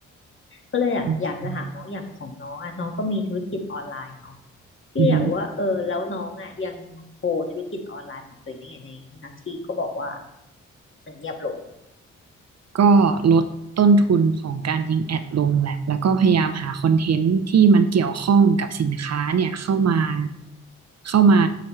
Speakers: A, on the left; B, on the right.
A: ก็เลยอะอยากจะถามน้องอย่างของน้องอะน้องก็มีธุรกิจออนไลน์เนาะ
B: อืม
A: พี่อยากรู้ว่าเออแล้วน้องอะยังโฮธุรกิจออนไลน์ของตัวเองได้ไงในทั้งทั้งที่ก็บอกว่า
B: อืม
A: มันเงียบลง
B: ก็ลดต้นทุนของการยิงแอดลงแหละแล้วก็พยายามหาคอนเทนต์ที่มันเกี่ยวข้องกับสินค้าเนี่ยเข้ามาเข้ามา